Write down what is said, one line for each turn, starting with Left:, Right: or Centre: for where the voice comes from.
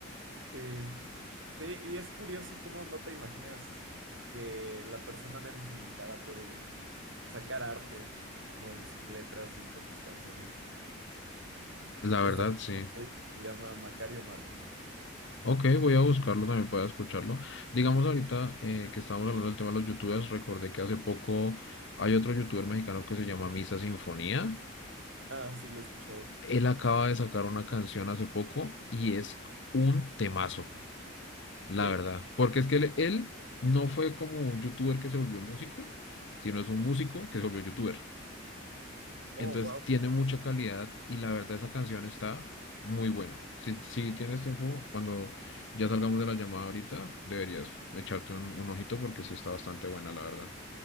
Right: Sí. Sí, y es curioso cómo no te imaginas que la persona menos indicada puede sacar arte con sus letras y con sus canciones.
Left: La
Right: Esta
Left: verdad, sí.
Right: persona se llama Macario Martínez.
Left: Ok, voy a buscarlo también para escucharlo. Digamos ahorita eh, que estamos hablando del tema de los youtubers, recordé que hace poco hay otro youtuber mexicano que se llama Misa Sinfonía.
Right: Ah, sí, lo he escuchado.
Left: Él acaba de sacar una canción hace poco y es un temazo, la
Right: Sí.
Left: verdad. Porque es que él, él no fue como un youtuber que se volvió músico, sino es un músico que se volvió youtuber.
Right: Oh,
Left: Entonces
Right: wow.
Left: tiene mucha calidad y la verdad esa canción está muy buena. Si, si tienes tiempo, cuando ya salgamos de la llamada ahorita, deberías echarte un, un ojito porque sí está bastante buena, la verdad.